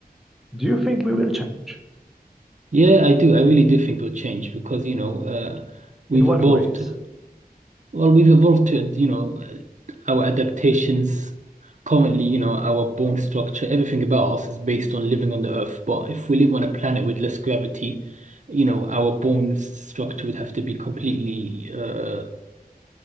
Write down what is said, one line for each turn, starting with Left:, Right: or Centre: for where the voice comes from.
Centre: Do you think we will change?
Right: Yeah, I do. I really do think we'll change because, you know, uh, we've
Centre: In what
Right: evolved
Centre: ways?
Right: Well, we've evolved to, you know, our adaptations. Currently, you know, our bone structure, everything about us is based on living on the Earth. But if we live on a planet with less gravity, you know, our bone structure would have to be completely uh,